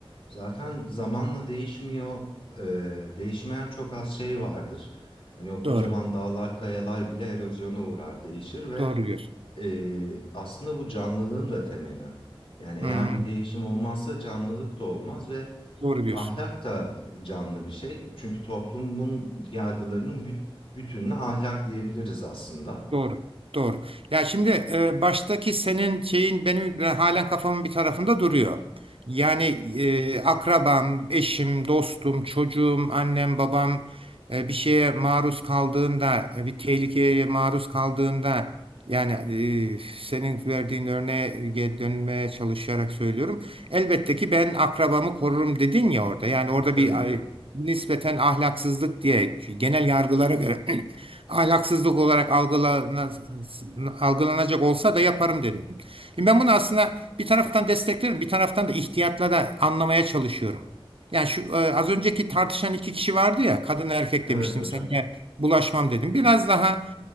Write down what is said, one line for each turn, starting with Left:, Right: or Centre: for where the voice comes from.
Left: Zaten zamanla değişmiyor. eee, değişmeyen çok az şey vardır. Hani o kocaman
Right: Doğru.
Left: dağlar, kayalar bile erozyona uğrar, değişir ve
Right: Doğru diyorsun.
Left: Ee, aslında bu canlılığın da temeli. Yani eğer
Right: Hı, hı.
Left: bir değişim olmazsa canlılık da olmaz ve
Right: doğru diyorsun.
Left: ahlak da canlı bir şey. Çünkü toplumun yargılarının büt- bütününe ahlak diyebiliriz aslında.
Right: Doğru. Doğru. Ya şimdi e, baştaki senin şeyin benim e, halen kafamın bir tarafında duruyor. Yani e, akrabam, eşim, dostum, çocuğum, annem, babam e, bir şeye maruz kaldığında, e, bir tehlikeye maruz kaldığında yani e, senin verdiğin örneğe dönmeye çalışarak söylüyorum. Elbette ki ben akrabamı korurum dedin ya orada. Yani orada
Left: Tabii
Right: bir
Left: ki.
Right: ay, nispeten ahlaksızlık diye genel yargılara göre <clears throat> ahlaksızlık olarak algılana- algılanacak olsa da yaparım dedim. Şimdi ben bunu aslında bir taraftan desteklerim, bir taraftan da ihtiyatla da anlamaya çalışıyorum. Yani şu e, az önceki tartışan iki kişi vardı ya, kadın erkek
Left: Evet
Right: demiştim,
Left: hocam.
Right: sen bulaşmam dedim. Biraz daha